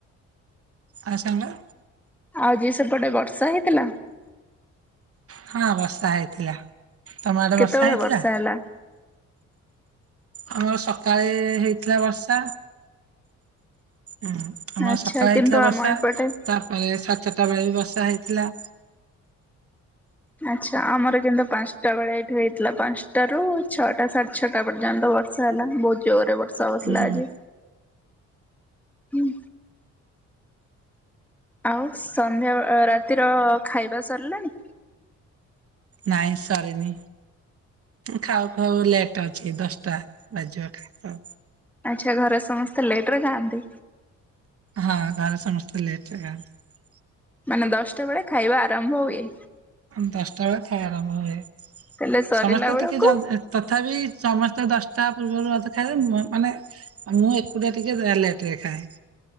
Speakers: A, on the right; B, in the centre.
A: ଆ ସାଙ୍ଗେ
B: ଆଉ ଯିଏ ସେପଟେ ବର୍ଷା ହେଇଥିଲା।
A: ହଁ ବର୍ଷା ହେଇଥିଲା। ତମ ଆଡେ
B: କେତେବେଳେ
A: ହେଇଥିଲା?
B: ବର୍ଷା ହେଲା?
A: ଆମର ସକାଳେ ଏ ହେଇଥିଲା ବର୍ଷା। ହୁଁ ଆମର
B: ଆଚ୍ଛା
A: ସକାଳେ
B: କିନ୍ତୁ
A: ହେଇଥିଲା ବର୍ଷା
B: ଆମ ଏପଟେ
A: ତାପରେ ଶା ଛୋଟା ବେଳେ ବି ବର୍ଷା ହେଇଥିଲା।
B: ଆଚ୍ଛା ଆମର କିନ୍ତୁ ପାଞ୍ଚଟା ବେଳେ ଏଇଠି ହେଇଥିଲା ପାଞ୍ଚଟା ରୁ ଛଅଟା ସାଢେ ଛଅଟା ପର୍ଯ୍ୟନ୍ତ ବର୍ଷା ହେଲା ବହୁତ ଜୋରରେ ବର୍ଷା ହଉଥିଲା
A: ହୁଁ
B: ଆଜି ହୁଁ। ଆଉ ସନ୍ଧ୍ୟା ରାତିର ଖାଇବା ସରିଲାଣି?
A: ନାଇଁ ସରିନି ଖାଉ ଖାଉ ଲେଟ୍ ଅଛି ଦଶଟା ବାଜିବ ଖାଇ
B: ଆଚ୍ଛା ଘରେ ସମସ୍ତେ ଲେଟ ରେ ଖାଆନ୍ତି।
A: ହଁ ଘରେ ସମସ୍ତେ ଲେଟ ରେ ଖାଆନ୍ତି।
B: ମାନେ ଦଶଟା ବେଳେ ଖାଇବା ଆରମ୍ଭ ହୁଏ।
A: ଦଶଟା ବେଳେ ଖାଇବା ଆରମ୍ଭ ହୁଏ
B: ତାହେଲେ ସରିଲା
A: ସମସ୍ତେ
B: ବେଳକୁ
A: ଟିକେ ଜଲଦି ତଥାପି ସମସ୍ତେ ଦଶଟା ପୂର୍ବରୁ <unintelligible> ମାନେ ମୁଁ ଏକୁଟିଆ ଟିକେ ଆ ଲେଟରେ ଖାଏ।